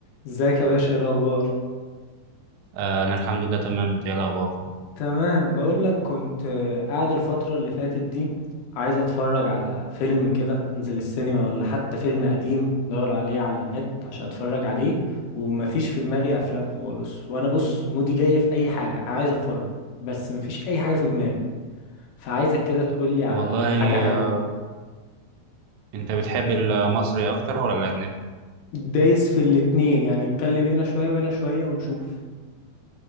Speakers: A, on the left (about 85°); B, on the right (about 80°).
A: ازيك يا باشا ايه الاخبار
B: آه، أنا الحمد لله تمام أنت إيه الأخبار؟
A: تمام بقول لك كنت آه، قاعد الفتره اللي فاتت دي عايز اتفرج على فيلم كده انزل السينما ولا حتى فيلم قديم دور عليه على النت عشان اتفرج عليه ومفيش في دماغي افلام خالص وانا بص مودي جاي في اي حاجه انا عايز اتفرج بس مفيش اي حاجه في دماغي فعايزك كده تقولي على
B: والله
A: حاجه حلوه
B: آه، أنت بتحب المصري أكتر ولا الأجنبي؟
A: دايس في الاتنين يعني اتكلم هنا شويه وهنا شويه ونشوف